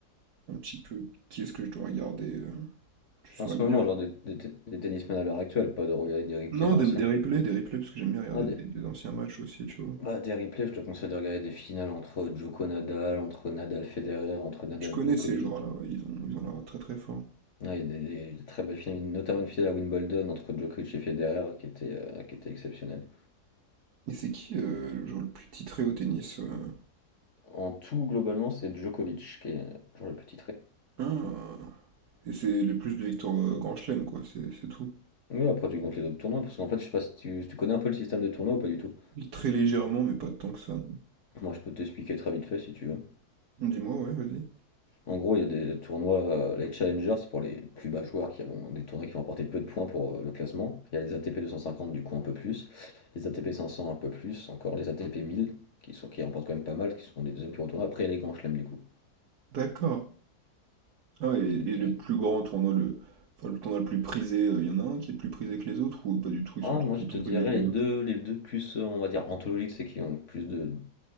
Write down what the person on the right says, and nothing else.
un petit peu, qui est-ce que je dois regarder? euh, tu saurais
Non,
des, des replays, des replays, parce que j'aime bien regarder
des, des anciens matchs aussi, tu vois.
Je connais
ces joueurs-là, ouais, ils ont, ils ont l'air très très forts.
Et c'est qui euh, le joueur le plus titré au tennis? euh
Ah, et c'est le plus de victoires euh, Grand Chelem, quoi, c'est c'est tout.
Très légèrement, mais pas tant que ça,
non. Dis-moi, ouais, vas-y.
D'accord. Ah, ouais, et,
et le
plus grand tournoi, le, enfin, le tournoi le plus prisé, euh, il y en a un qui est plus prisé que les autres, ou pas du tout, ils
sont tous
autant
prisés
que
les
autres?